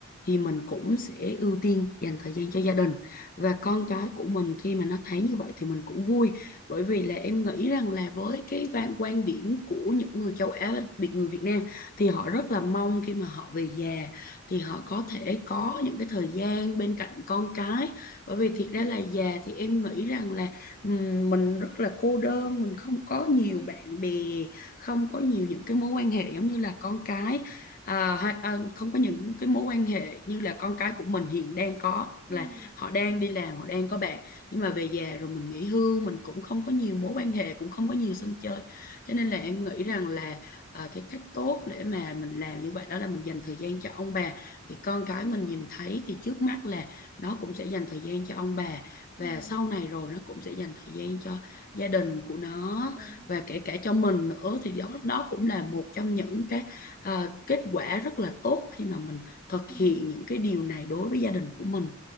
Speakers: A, on the left; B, in the centre.
A: thì mình cũng sẽ ưu tiên dành thời gian cho gia đình. Và con cái
B: ừ
A: của mình khi mà nó thấy như vậy thì mình cũng vui bởi vì là em nghĩ rằng là với cái va- quan điểm của những người châu Á và đặc biệt người Việt Nam thì họ rất là mong khi mà họ về già thì họ có thể có những cái thời gian bên cạnh con cái. Bởi vì thiệt ra
B: ừ
A: là già thì em nghĩ rằng là Ừm, mình rất là cô đơn mình không có nhiều
B: ừ
A: bạn bè không có nhiều những cái mối quan hệ giống như là con cái à, hay, à, không có những cái mối quan hệ như là con cái của mình hiện đang có
B: ừ
A: là họ đang
B: ừ
A: đi làm họ đang có bạn nhưng mà về già rồi mình nghỉ hưu mình cũng không có nhiều mối quan hệ cũng không có nhiều sân chơi cho nên là em nghĩ rằng
B: ừ
A: là à, cái cách tốt để mà mình làm như vậy đó là mình dành thời gian cho ông bà thì con cái mình
B: ừ
A: nhìn thấy thì trước mắt là nó cũng sẽ dành thời gian cho ông bà
B: ừ.
A: và sau này rồi nó cũng sẽ dành thời gian cho gia đình của nó
B: đúng
A: và
B: rồi
A: kể cả cho mình
B: ừ
A: nữa thì đó đó cũng
B: ừ
A: là một trong những cái à, kết quả rất là tốt khi mà mình thực
B: ừ
A: hiện những cái điều này đối với gia đình của mình